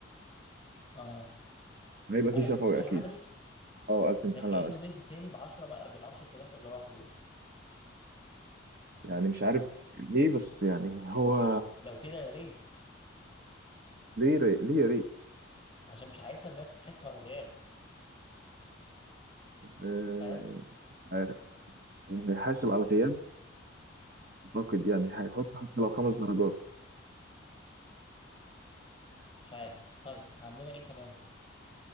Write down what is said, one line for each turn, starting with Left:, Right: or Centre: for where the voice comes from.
Left: اه
Right: وهيبقى
Left: قالك
Right: في شفوي
Left: في امتحان
Right: اكيد
Left: العملي
Right: اه قال في الامتحان
Left: ده كانه
Right: العملي
Left: مد تاني ب 10 بقى بال 10 درجات اللي راحوا دول
Right: يعني مش عارف ليه بس يعني هو
Left: لو كده يا ريت
Right: ليه ري... ليه يا ريت
Left: عشان مش عايزه الناس تتحسب على الغياب
Right: آه...
Left: فاهم
Right: مش عارف بس هيحاسب على الغياب اعتقد يعني هيحط حتى لو خمس درجات
Left: مش عارف طيب عندنا ايه كمان